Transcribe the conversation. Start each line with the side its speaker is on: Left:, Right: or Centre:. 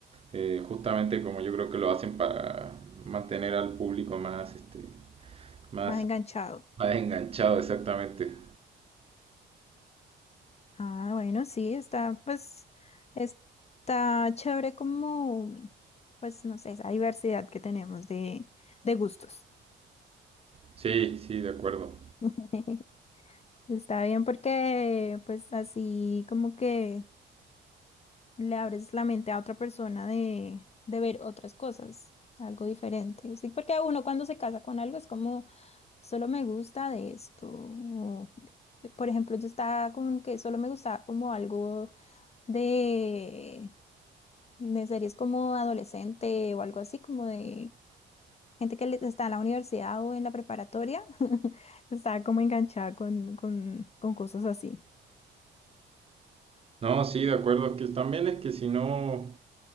Right: eh, justamente como yo creo que lo hacen para mantener al público más, este, más,
Left: Más enganchado.
Right: más enganchado, exactamente.
Left: Ah, bueno, sí, está, pues, está chévere como, pues, no sé, esa diversidad que tenemos de, de gustos.
Right: Sí, sí, de acuerdo.
Left: <laughs> Está bien porque, pues, así como que... le abres la mente a otra persona de, de ver otras cosas, algo diferente. Sí, porque uno cuando se casa con algo es como, solo me gusta de esto. o, Por ejemplo, yo estaba con que solo me gustaba como algo de, de series como adolescente o algo así, como de gente que le- está en la universidad o en la preparatoria, <laughs> estaba como enganchada con, con, con cosas así.
Right: No, sí, de acuerdo. Es que también es que si no,